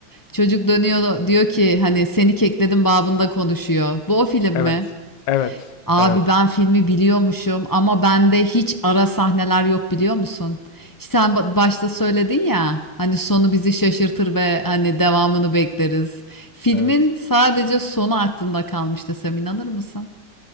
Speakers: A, on the left (about 30°); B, on the left (about 65°).
A: çocuk dönüyor diyor ki hani seni kekledim babında konuşuyor. Bu o film
B: Evet.
A: mi?
B: Evet.
A: Abi
B: Evet.
A: ben filmi biliyormuşum ama bende hiç ara sahneler yok biliyor musun? İşte sen ba- başta söyledin ya hani sonu bizi şaşırtır ve hani devamını bekleriz. Filmin
B: Evet.
A: sadece sonu aklımda kalmış desem inanır mısın?